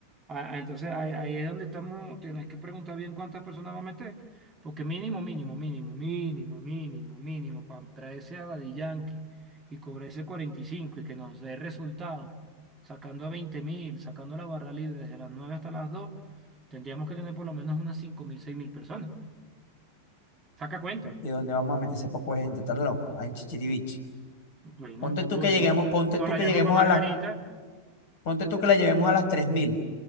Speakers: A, on the right; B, on the left.
A: Ah, ah, entonces ahí, ahí es donde estamos, tienes que preguntar bien cuántas personas va a meter, porque mínimo, mínimo, mínimo, mínimo, mínimo, mínimo, para traerse a Daddy Yankee y cobrarse cuarenta y cinco y que nos dé resultado, sacando a 20 mil, sacando la barra libre desde las 9 hasta las 2, tendríamos que tener por lo menos unas 5 mil, 6 mil personas. Saca cuenta.
B: ¿Y dónde vamos a meter ese poco de gente? Estás loco, ahí en Chichiriviche.
A: Bueno,
B: Ponte tú
A: podremos,
B: que lleguemos, ponte
A: nos
B: tú
A: la
B: que
A: llamo
B: lleguemos
A: para Margarita.
B: a las, ponte tú que la llevemos a las 3.000,